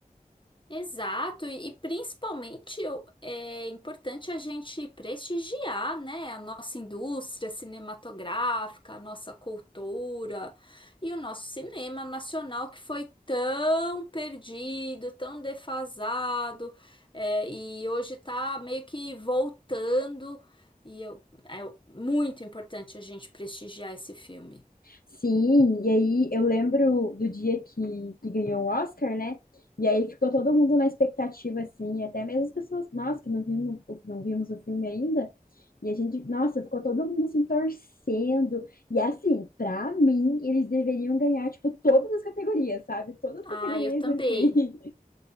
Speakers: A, on the left; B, on the left.
A: Exato, e, e principalmente eu- é importante a gente prestigiar, né, a nossa indústria cinematográfica, a nossa cultura e o nosso cinema nacional que foi tão perdido, tão defasado, é, e hoje está meio que voltando, e eu- é muito importante a gente prestigiar esse filme.
B: Sim, e aí eu lembro do dia que, que ganhou o Oscar, né? E aí ficou todo mundo na expectativa, assim, até mesmo as pessoas, nós que não vimos, não vimos o filme ainda, e a gente, nossa, ficou todo mundo assim torcendo. E assim, pra mim, eles deveriam ganhar, tipo, todas as categorias, sabe? Todas as
A: Ah,
B: categorias,
A: eu também.
B: assim.